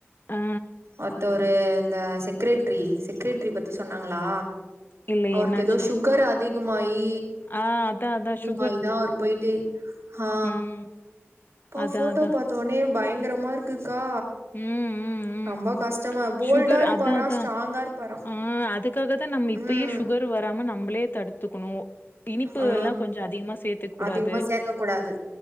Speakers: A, on the left; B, on the right.
A: ஆ.
B: ஒருத்தோரு இந்த செக் ரெட்ரி செக்ரெட்ரி பத்தி சொன்னாங்களா
A: இல்ல
B: அவருக்கு
A: என்னாச்சு?
B: ஏதோ ஷு க்கர் அதிகமாயி
A: ஆ அதா அதா ஷு
B: ஆ இதா ஒரு போயிட்டு ஹ‌ ஆ
A: ம்.
B: ப்பா
A: அதான்,
B: ஃபோட்டோ
A: அதான்.
B: பாத் தோனே பயங்கரமா இருக்குக்கா
A: ம் ம் ம்
B: ரொம்ப
A: ம்
B: கஷ்டமா போல்டா
A: ஷுகர்
B: இருப்பாரா
A: அதா அதா
B: ஸ்ட்ராங்கா இருப்பாரா
A: ஆ அதுக்காக தா நம்ம இப்பயே
B: ம்
A: ஷுகர் வராம நம்பளே தடுத்துக்கணு இனிப்பு
B: ஆ
A: எல்லா கொஞ்சோ அதிகமா சேத்துக்கூடாது
B: அதிகமா சேக்க கூடாது